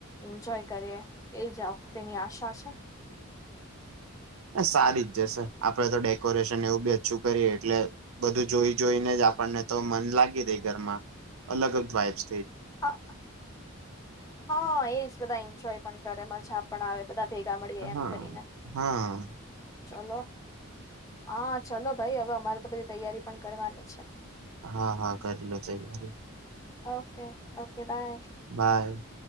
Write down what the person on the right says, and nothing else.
સારી જ જ સર આપડે તો ડેકોરેશન એવું બી ઓછું કરીએ એટલે. બધું જોઈ જોઈને જ આપણને તો મન લાગી રહી ઘરમાં અલગ અલગ વાઇબ્સ.
હા
હા
હા હા કરી લો તૈયારી.
બાય.